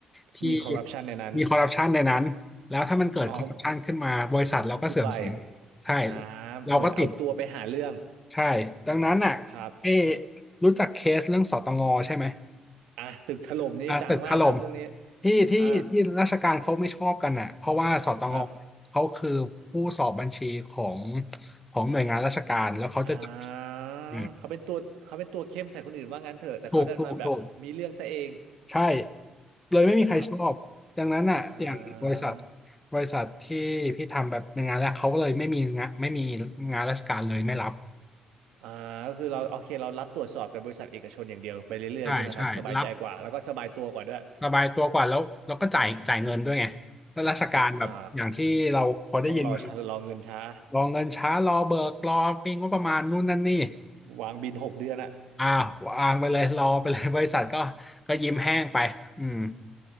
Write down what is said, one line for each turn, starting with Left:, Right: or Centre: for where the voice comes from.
Left: ที่
Right: มีคอร์รัปชันในนั้น
Left: มีคอร์รัปชันในนั้นแล้วถ้ามันเกิดคอร์รัปชันขึ้นมาบริษัทเราก็เสื่อมเสีย
Right: อ๋อวุ่นวายอีก
Left: ใช่
Right: อ่า
Left: เราก็ติด
Right: เหมือนเอาตัวไปหาเรื่อง
Left: ใช่ดังนั้นอ่ะเอะ
Right: ครับ
Left: รู้จักเคสเรื่องสตงใช่ไหม
Right: อ่ะตึกถล่มนี่ดังมากครับเรื่องนี้
Left: อ่าตึกถล่มที่ที่ที่ราชการเขาไม่ชอบกันอ่ะเพราะว่าสตง
Right: อ่าครับ
Left: เขาคือผู้สอบบัญชีของของหน่วยงานราชการแล้วเขาจะจับผิด
Right: อ่า
Left: อืม
Right: เขาเป็นตัวเขาเป็นตัวเข้มใส่คนอื่นว่างั้นเถอะแต่เขาดันมาแบบมีเรื่องซะเอง
Left: ถูกถูกถูกใช่เลยไม่มีใครชอบดังนั้นอ่ะอย่างบริษัท
Right: ครับอ่า
Left: บริษัทที่พี่ทำแบบเป็นงานแรกเขาก็เลยไม่มีงานไม่มีงานราชการเลยไม่รับ
Right: อ่าก็คือเราโอเคเรารับตรวจสอบแต่บริษัทเอกชนอย่างเดียวไปเรื่อยๆใช่ไหมครับสบายใจกว่าแล้วก็สบายตัวกว่าด้วย
Left: ใช่ใช่รับสบายตัวกว่าแล้วแล้วก็จ่ายจ่ายเงินด้วยไงแล้วราชการแบบอย่างที่เราพอได้ยินมา
Right: ครับอ่าต้องรอช้ารอเงินช้า
Left: รอเงินช้ารอเบิกรอมีงบประมาณนู่นนั่นนี่
Right: วางบินหกเดือนอะ
Left: อ้าววางไปเลยรอไปเลยบริษัทก็ก็ยิ้มแห้งไปอืม